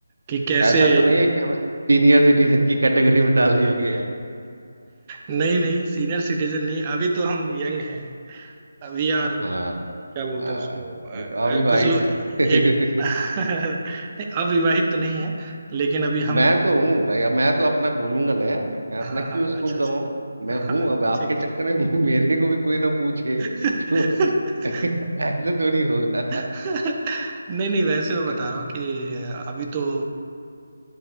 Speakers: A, on the right (about 25°); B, on the right (about 70°).
A: कि कैसे
B: हैं ऐसा तो नहीं है कि हमें सीनियर सिटीजन की कैटेगरी में डाल दिया गया है
A: नहीं नहीं सीनियर सिटीजन नहीं अभी तो हम यंग हैं अभी यार
B: हाँ
A: क्या बोलते
B: आ,
A: हैं उसको अ,
B: अभी
A: अ,
B: तो अविवाहित
A: कुछ लोग
B: है
A: एक
B: <laughs>
A: <laughs> नहीं अविवाहित तो नहीं है लेकिन अभी हम
B: मैं तो हूँ भाई अब मैं तो अपना बोलूंगा ना यार मैं अपना
A: हाँ हाँ
B: क्यों
A: हाँ,
B: स्कोप
A: अच्छा अच्छा
B: गवाऊं मैं
A: हाँ
B: हूँ अब आपके
A: ठीक
B: चक्कर
A: ठीक
B: में <laughs> मेरे को भी कोई ना पूछे
A: <laughs>
B: तो <laughs> ऐसे थोड़ी होगा
A: <laughs> नहीं नहीं वैसे मैं बता
B: है
A: रहा हूँ कि अभी तो